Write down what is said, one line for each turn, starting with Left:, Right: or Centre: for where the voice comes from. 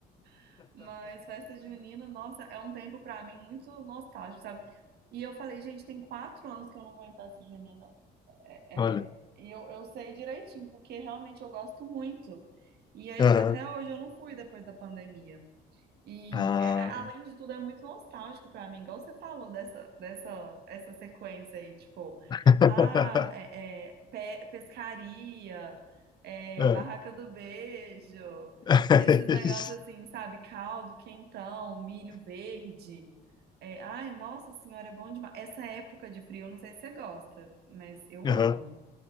Right: <laughs> Mas festa junina, nossa, é um tempo pra mim muito nostálgico, sabe? E eu falei, gente, tem quatro anos que eu não vou em festa junina. É,
Left: Olha.
Right: é, e eu, eu sei direitinho, porque realmente eu gosto muito. E aí,
Left: aham.
Right: até hoje eu não fui depois da pandemia. E
Left: Ah.
Right: é- é- além de tudo, é muito nostálgico pra mim, igual você falou dessa, dessa essa sequência aí, tipo,
Left: <laughs>
Right: ah, é, é, pe- pescaria, é,
Left: É.
Right: barraca do beijo,
Left: <laughs>
Right: esses negócios
Left: É isso.
Right: assim, sabe? Caldo, quentão, milho verde. É, ai, nossa senhora, é bom demais. Essa época de frio, eu não sei se você gosta, mas eu
Left: Aham.
Right: amo.